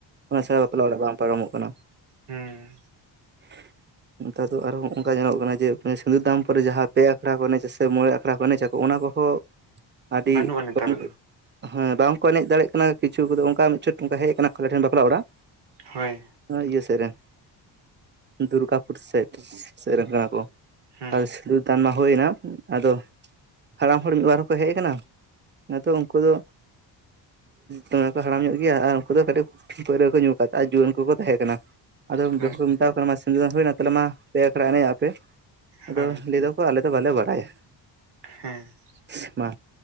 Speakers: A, on the right; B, on the right.
A: ᱚᱱᱟ ᱪᱷᱟᱰ ᱵᱟᱯᱞᱟ ᱚᱲᱟᱜ ᱵᱟᱝ ᱯᱟᱨᱚᱢᱚᱜ ᱠᱟᱱᱟ ᱾
B: ᱦᱟᱸᱼ
A: <unintelligible> <inaudible> ᱱᱮᱛᱟᱨ ᱫᱚ, ᱟᱨᱦᱚᱸ ᱚᱱᱠᱟ ᱧᱮᱞᱚᱜ ᱠᱟᱱᱟ, ᱡᱮ ᱥᱤᱸᱫᱩᱨ ᱫᱟᱢ ᱯᱨᱮ ᱡᱟᱦᱟᱸ ᱯᱮ ᱟᱠᱷᱲᱟ ᱠᱚ ᱮᱱᱮᱡ, ᱥᱮ ᱢᱚᱬᱮ ᱟᱠᱷᱲᱟ ᱠᱚ ᱮᱱᱮᱡ ᱟᱠᱚ, ᱚᱱᱟ ᱠᱚᱦᱚᱸ ᱟᱹᱰᱤ
B: ᱵᱟᱹᱱᱩᱜᱼᱟ ᱱᱮᱛᱟᱨ
A: ᱠᱚᱢ,
B: ᱫᱚ
A: ᱦᱮᱸ ᱵᱟᱝᱠᱚ ᱮᱱᱮᱡ ᱫᱟᱲᱮᱭᱟᱜ ᱠᱟᱱᱟ ᱾ ᱠᱤᱪᱷᱩ ᱠᱚᱫᱚ ᱚᱱᱠᱟ ᱢᱤᱫᱪᱷᱚᱴ ᱱᱚᱱᱠᱟ ᱦᱮᱡ ᱟᱠᱟᱱᱟ ᱾ ᱟᱞ ᱴᱷᱮᱱ ᱵᱟᱯᱞᱟ ᱚᱲᱟᱜ
B: ᱦᱳᱭ ᱾
A: ᱤᱭᱟᱹ ᱥᱮᱫ ᱨᱮᱱ, ᱫᱩᱨᱜᱟᱯᱩᱨ ᱥᱟᱭᱤᱰ ᱥᱮᱫ ᱨᱮᱱ ᱠᱟᱱᱟ ᱠᱚ ᱾
B: ᱦᱩᱸ
A: ᱟᱫᱚ, ᱥᱤᱸᱫᱩᱨ ᱫᱟᱱ ᱢᱟ ᱦᱩᱭ ᱮᱱᱟ, ᱟᱫᱚ ᱦᱟᱲᱟᱢ ᱦᱚᱲ ᱢᱤᱫᱵᱟᱨ ᱦᱚᱸᱠᱚ ᱦᱮᱡ ᱟᱠᱟᱱᱟ ᱾ ᱱᱤᱛᱚᱜ ᱩᱱᱠᱩ ᱫᱚ ᱫᱚᱢᱮ ᱠᱚ ᱦᱟᱲᱟᱢ ᱧᱚᱜ ᱜᱮᱭᱟ ᱾ ᱟᱨ ᱩᱱᱠᱩ ᱫᱚ ᱠᱟᱹᱴᱤᱡ, ᱯᱟᱹᱣᱨᱟᱹ ᱠᱚ ᱧᱩ ᱠᱟᱫᱟ, ᱟᱨ ᱡᱩᱣᱟᱹᱱ ᱠᱚᱠᱚ ᱛᱟᱦᱮᱸ ᱠᱟᱱᱟ ᱾ ᱟᱫᱚ,
B: ᱦᱳᱭ
A: ᱡᱚᱠᱷᱚᱱ ᱠᱚ ᱢᱮᱛᱟᱣ ᱠᱚ ᱠᱟᱱᱟ᱾ ᱥᱤᱸᱫᱩᱨ ᱫᱟᱱ ᱦᱩᱭᱮᱱᱟ, ᱛᱟᱦᱚᱞᱮ ᱢᱟ ᱯᱮ ᱟᱠᱷᱲᱟ ᱮᱱᱮᱡ ᱟᱯᱮ, ᱟᱫᱚ
B: ᱦᱳᱭ
A: ᱞᱟᱹᱭᱮᱫᱟᱼᱼ ᱟᱞᱮ ᱫᱚ ᱵᱟᱞᱮ ᱵᱟᱲᱟᱭᱟ ᱾
B: ᱦᱮᱸ ᱾
A: ᱮᱼᱥᱮᱟ, ᱢᱟ